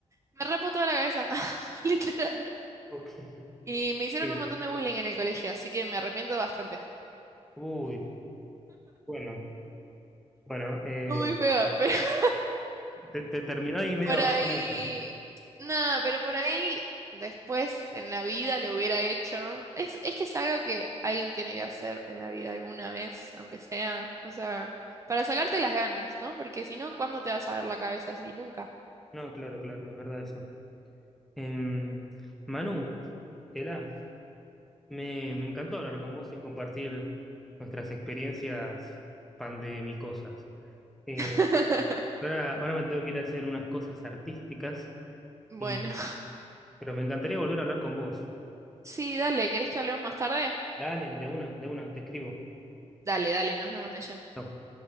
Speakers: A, on the right; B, in the centre.
A: me rapo toda la cabeza, <laughs> literal.
B: Ok, <laughs>
A: Y me hicieron
B: ok.
A: un montón de bullying en el colegio, así que me arrepiento bastante.
B: Uy, bueno, bueno, eh,
A: Fue muy feo, <laughs>
B: Te, te terminó ahí media
A: Por
B: bajonator.
A: ahí, nada, pero por ahí después en la vida lo hubiera hecho. Es, es que es algo que alguien tiene que hacer en la vida alguna vez, aunque sea, o sea, para sacarte las ganas, ¿no? Porque si no, ¿cuándo te vas a ver la cabeza así? Nunca.
B: No, claro, claro, es verdad eso. Em, Manu, Ela, me, me encantó hablar con vos y compartir nuestras experiencias pandemicosas. Eh,
A: <laughs>
B: ahora, ahora me tengo que ir a hacer unas cosas artísticas,
A: Bueno,
B: y, pero me encantaría volver a hablar con vos.
A: sí, dale, ¿querés que hablemos más tarde?
B: Dale, de una, de una, te escribo.
A: Dale, dale, nos vemos, Neyen.
B: Chau.